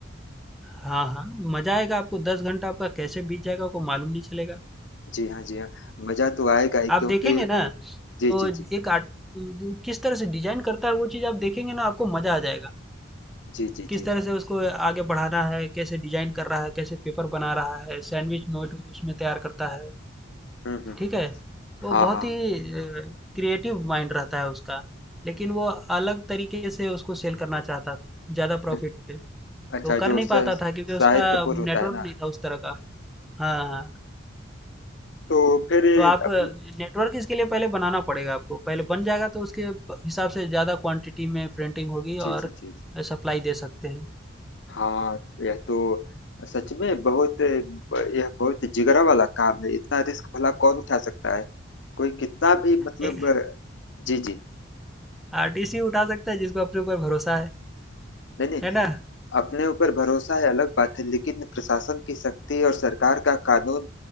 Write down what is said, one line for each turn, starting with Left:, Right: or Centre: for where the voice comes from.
Centre: हाँ हाँ मजा आएगा आपको दस घंटा आपका कैसे बीत जाएगा आपको मालूम नहीं चलेगा
Left: जी हाँ जी हाँ मजा तो आएगा ही
Centre: आप
Left: क्योंकि
Centre: देखेंगे ना तो
Left: जी जी जी
Centre: एक आर्ट जो किस तरह से डिजाइन करता है वो चीज़ आप देखेंगे ना आपको मजा आ जाएगा
Left: जी जी
Centre: किस
Left: जी
Centre: तरह से उसको आगे बढ़ाना है कैसे डिजाइन कर रहा है कैसे पेपर बना रहा है सैंडविच नोट उसमें तैयार करता है
Left: हम्म हम्म
Centre: ठीक
Left: हम्म।
Centre: है तो वो
Left: हाँ
Centre: बहुत
Left: हाँ
Centre: ही क्रिएटिव माइंड रहता है उसका लेकिन वो अलग तरीके से उसको सेल करना चाहता था ज़्यादा प्रॉफिट
Left: अ-
Centre: पे तो
Left: अच्छा
Centre: कर
Left: जो
Centre: नहीं
Left: स-
Centre: पाता था क्योंकि उसका
Left: शाहिद कपूर होता
Centre: नेटवर्क
Left: है ना
Centre: नहीं था उस तरह का हाँ हाँ
Left: तो फिर
Centre: तो आप
Left: अपना
Centre: नेटवर्क इसके लिए पहले बनाना पड़ेगा आपको पहले बन जाएगा तो उसके हिसाब से ज़्यादा क्वांटिटी में प्रिंटिंग होगी
Left: जी
Centre: और
Left: जी जी
Centre: सप्लाई दे सकते
Left: हाँ यह तो सच में बहुत यह बहुत जिगरा वाला काम है इतना रिस्क भला कौन उठा सकता है कोई कितना भी मतलब
Centre: हैं
Left: जी जी
Centre: आरटीसी <laughs> उठा सकता है जिसको अपने ऊपर भरोसा है
Left: नहीं नहीं
Centre: है ना
Left: अपने ऊपर भरोसा है अलग बात है लेकिन प्रशासन की शक्ति और सरकार का कानून